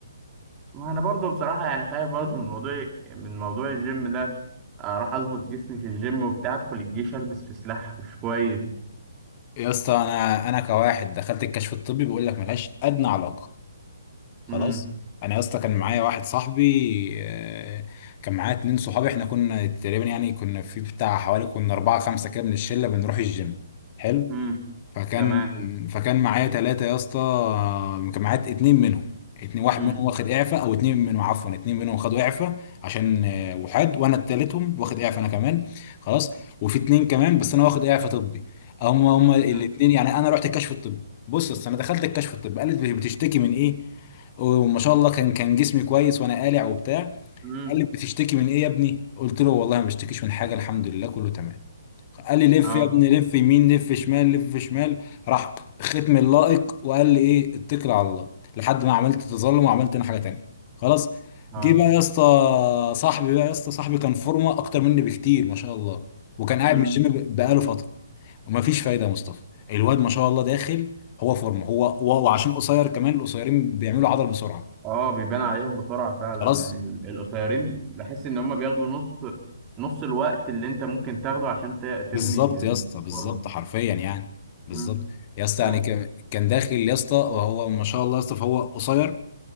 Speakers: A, on the right; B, on the left.
A: ما انا برضو بصراحه يعني خايف برضو من موضوع من موضوع الجيم ده اروح اظبط جسمي في الجيم وبتاع ادخل الجيش البس في سلاح <laughs> مش كويس
B: يا اسطى انا انا كواحد دخلت الكشف الطبي بيقول لك ملهاش ادنى علاقه خلاص
A: امم
B: انا يا اسطى كان معايا واحد صاحبي آه، كان معايا اتنين صحابي احنا كنا تقريبا يعني كنا في بتاع حوالي كنا اربعة خمسة كده من الشلة بنروح الجيم حلو
A: امم
B: فكان
A: تمام
B: فكان معايا ثلاثة يا اسطى آه، كان معايا اتنين منهم اتنين واحد
A: امم
B: منهم واخد اعفاء او اتنين منهم عفوا اتنين منهم خدوا اعفاء عشان آه، وحاد وانا التالتهم واخد اعفاء انا كمان خلاص وفي اتنين كمان بس انا واخد اعفاء طبي هم هم الاتنين
A: امم
B: يعني انا رحت الكشف الطبي بص يا اسطى انا دخلت الكشف الطبي قالت بتشتكي من ايه وما شاء الله كان كان جسمي كويس وانا قالع وبتاع
A: امم
B: قال لي بتشتكي من ايه يا ابني قلت له والله ما بشتكيش من حاجه الحمد لله كله تمام قال لي لف
A: اه
B: يا ابني لف يمين لف شمال لف شمال راح ختم اللائق وقال لي ايه اتكل على الله لحد ما عملت تظلم وعملت انا حاجه تانية خلاص
A: اه
B: جه بقى يا اسطى صاحبي بقى يا اسطى صاحبي كان فورمه اكتر مني بكتير ما شاء الله وكان قاعد
A: امم
B: من الجيم ب- بقاله فتره ومفيش فايده يا مصطفى الواد ما شاء الله داخل هو فورمه هو هو- وعشان قصير كمان القصيرين بيعملوا عضل بسرعه
A: اه بيبان عليهم بسرعه فعلا
B: خلاص
A: يعني ال- القصيرين بحس ان هم بياخدوا نص نص الوقت اللي انت ممكن تاخده عشان ت- تبني
B: بالظبط يا
A: آه،
B: اسطى بالظبط
A: فورمه
B: حرفيا يعني بالظبط
A: امم
B: يا اسطى
A: فعلا
B: يعني ك- كان داخل يا اسطى وهو ما شاء الله يا اسطى فهو قصير